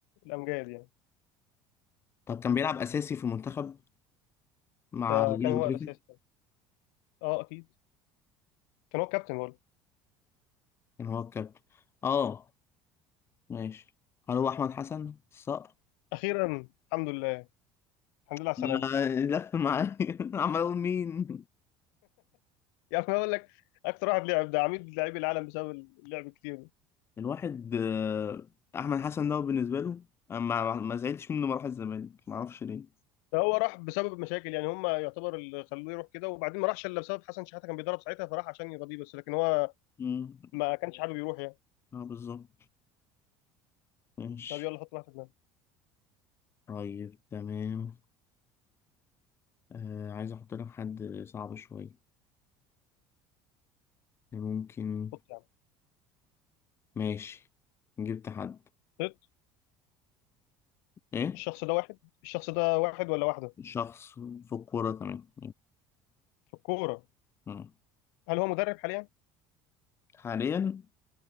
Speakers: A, on the left; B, on the left.
A: الامجاد يعني
B: طب كان بيلعب اساسي في المنتخب مع
A: ده
B: جيل
A: كان
B: ابو
A: هو
B: تريكه
A: الاساس اه اكيد كان هو كابتن برضه
B: كان هو الكابتن اه ماشي هل هو احمد حسن الصقر
A: اخيرا الحمد لله الحمد لله على
B: لا،
A: السلامه
B: لف معايا <laughs> عمال اقول مين
A: يعني انا اقول لك اكتر واحد لعب ده عميد لاعبي العالم بسبب اللعب الكتير ده
B: الواحد آه، احمد حسن ده بالنسبه له أنا ما ما زعلتش منه ما راح الزمالك ما اعرفش ليه
A: فهو راح بسبب مشاكل يعني هم يعتبر اللي خلوه يروح كده وبعدين ما راحش الا بسبب حسن شحاته كان بيدرب ساعتها فراح عشان يرضيه بس لكن هو
B: امم
A: ما كانش حابب يروح يعني
B: اه بالظبط ماشي
A: طب يلا حط واحد في دماغك
B: طيب تمام آه عايز احط لك حد صعب شويه ممكن
A: حط يا عم
B: ماشي جبت حد
A: حط
B: ايه
A: الشخص ده واحد الشخص ده واحد ولا واحده
B: شخص في الكوره تمام
A: في الكورة
B: مم.
A: هل هو مدرب حاليا؟
B: حاليا